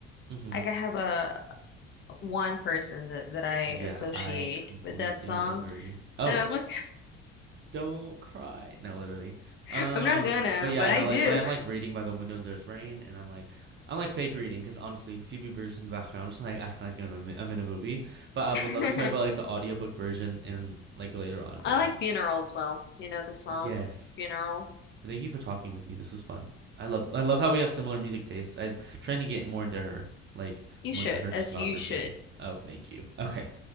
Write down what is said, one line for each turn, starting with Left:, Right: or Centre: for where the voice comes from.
Right: Mm-hmm.
Left: Like I have a one person that, that I
Right: Yeah,
Left: associate
Right: I completely
Left: with that song.
Right: agree. Oh,
Left: And I'm like,
Right: don't cry. No, literally.
Left: <laughs>
Right: Um,
Left: I'm not gonna,
Right: but yeah,
Left: but
Right: no,
Left: I do.
Right: like when I'm like reading by the window and there's rain, and I'm like, I'm like fake reading because honestly, Phoebe Bridgers in the background, I'm just like acting like I'm in a, I'm in a movie.
Left: <laughs>
Right: But I would
Left: I
Right: love to talk about like the audiobook version and like later on. But
Left: like
Right: think.
Left: Funeral as well. You know the song
Right: Yes.
Left: Funeral.
Right: But thank you for talking with me. This was fun. I love I love how we have similar music tastes. I'm trying to get more into her, like
Left: You
Right: more
Left: should,
Right: into her discography.
Left: as you should.
Right: Oh, thank you. Okay.